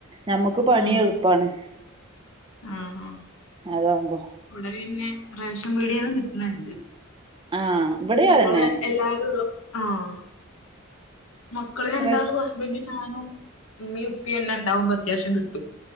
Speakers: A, on the right; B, on the left.
A: നമ്മക്ക് പണി
B: ഉം
A: എള്പ്പാണ്
B: ആഹ്
A: അതാവുമ്പോ
B: ഇവിടെ പിന്നെ റേഷൻ പീടിയേന്ന് കിട്ട്ണ് ണ്ട്
A: ആ ഇവിടെ
B: ഞങ്ങള്
A: അതന്നെ
B: എല്ലാരുംള്ള ആഹ് മക്കള് രണ്ടാളും
A: റേഷ
B: ഹസ്ബൻഡ് ഞാനും ഉമ്മീ ഉപ്പിന്നെ ഉണ്ടാവുമ്പോ അത്യാവശ്യം കിട്ടും